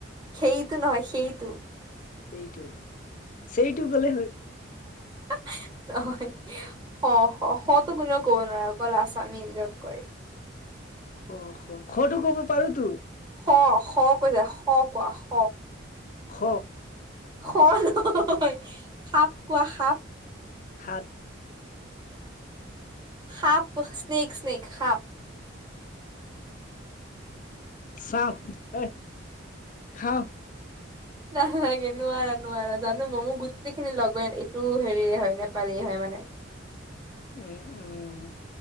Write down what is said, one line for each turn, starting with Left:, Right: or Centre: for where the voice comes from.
Right: খেইতো নহয় সেইটো।
Left: সেইটো, ‌চেইটো ক'লে হয়।
Right: <unintelligible> স স, স টো কোনেও কব নোৱাৰে অকল আছামিজত কয়।
Left: খ খ, খটো কব পাৰো তু।
Right: স, খ কৈছা, স কোৱা স।
Left: খ।
Right: খ নহয়, সাপ কোৱা সাপ।
Left: সাদ।
Right: সাপ স্নেক স্নেক সাপ।
Left: চাপ এ খাওঁ।
Right: নালাগে নোৱাৰা নোৱাৰা জানো মই মোৰ গোটেইখিনি লগৰে এনে এইটো হেৰি হয় নেপালী। হয় মানে।
Left: উম উম,